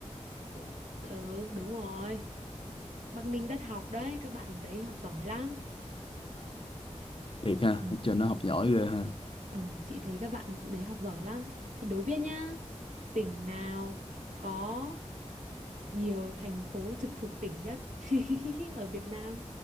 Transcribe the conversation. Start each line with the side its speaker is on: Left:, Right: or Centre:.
Right: cũng ừ đúng rồi Bắc Ninh đất học đấy các bạn đấy học giỏi lắm
Left: thiệt ha
Right: ừ.
Left: ở trên nó học giỏi ghê ha
Right: ừ chị thấy các bạn đấy học giỏi lắm thế đố biết nhá tỉnh nào có nhiều thành phố trực thuộc tỉnh nhất <laughs> ở Việt Nam